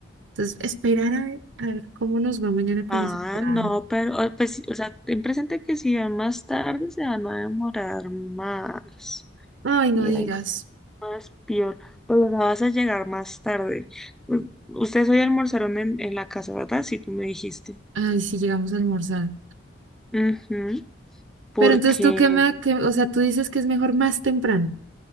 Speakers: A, on the right; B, in the centre.
A: Entonces, esperar a ver, a ver cómo nos va mañana con
B: Ah,
A: ese plan.
B: no, pero, oh, pues, sí, o sea, ten presente que si va más tarde se van a demorar más.
A: Ay, no
B: Y
A: digas,
B: ahí sí, más peor. Pues o vas a llegar más tarde. U- Ustedes hoy almorzaron en, en la casa, ¿verdad? Sí, tú me dijiste.
A: ay, si llegamos a almorzar.
B: Ujú, porque
A: Pero entonces tú qué me, qué- o sea, tú dices que es mejor más temprano.